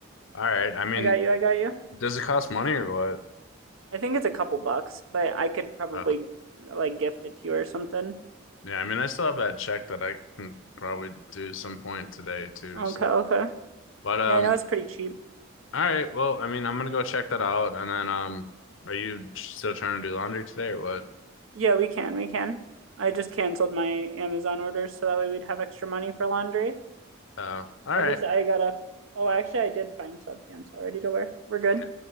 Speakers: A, on the left; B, on the right.
A: All right. I mean
B: I got you. I got you.
A: Does it cost money or what?
B: I think it's a couple bucks, but I could probably
A: Oh,
B: like gift it to you or something.
A: yeah, I mean, I still have that check that I can probably do some point today too.
B: Okay,
A: So,
B: okay.
A: but um,
B: Yeah, I know it's pretty cheap.
A: all right. Well, I mean, I'm gonna go check that out, and then um, are you still trying to do laundry today or what?
B: Yeah, we can. We can. I just canceled my Amazon orders so that way we'd have extra money for laundry.
A: Uh, all
B: I
A: right.
B: just, I gotta, oh, actually, I did find sweatpants already to wear. We're good.
A: Yeah.